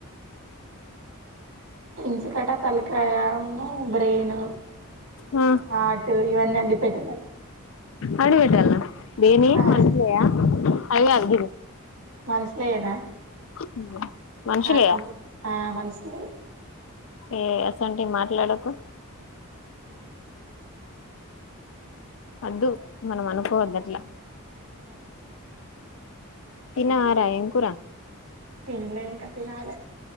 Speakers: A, on the right (about 85°); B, on the left (about 60°).
A: తెంచు కట తలకాయను బ్రెయిన్
B: ఆ
A: హార్ట్ ఇవన్నీ వండి పెట్టన
B: అండిపెట్టాలా నేనేం
A: ఆ
B: అంట్లాయా అవే అగ్గి
A: మనసులేయేనా
B: వి మనుషులేయా
A: ఆ ఆ మనసులే
B: ఏ అసంటివి మాట్లాడకు
A: ఆ
B: అద్దు మనం అనుకోవద్దు అట్లా
A: కరెక్టే
B: తిన్నావా రా ఏం కూరా
A: తిన్లే ఇంకా తినాలి